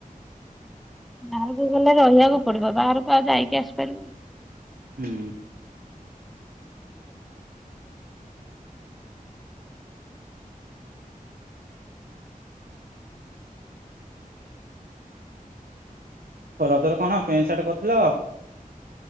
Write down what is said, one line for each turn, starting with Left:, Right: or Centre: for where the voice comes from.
Centre: ବାହାରକୁ ଗଲେ ରହିବାକୁ ପଡିବ। ବାହାରକୁ ଆଉ ଯାଇକି ଆସିପାରିବ କି?
Right: ହୁଁ। ରଜରେ କଣ ପେଣ୍ଟ ସାର୍ଟ କରିଥିଲ?